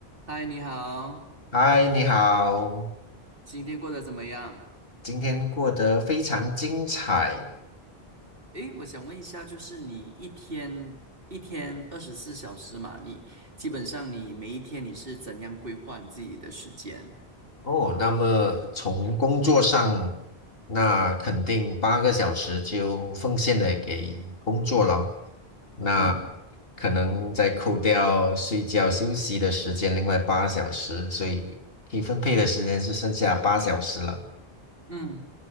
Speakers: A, on the right (about 60°); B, on the left (about 65°).
A: 嗨，你好，
B: 嗨，你好，
A: 今天过得怎么样？
B: 今天过得非常精彩
A: 诶，我想问一下，就是你一天一天二十四小时嘛，你基本上你每一天你是怎样规划你自己的时间？
B: 哦。那么从工作上，那肯定八个小时就奉献了给工作了。那
A: 嗯
B: 可能再扣掉睡觉休息的时间，另外八小时，所以可以分配的时间是剩下八小时了。
A: 嗯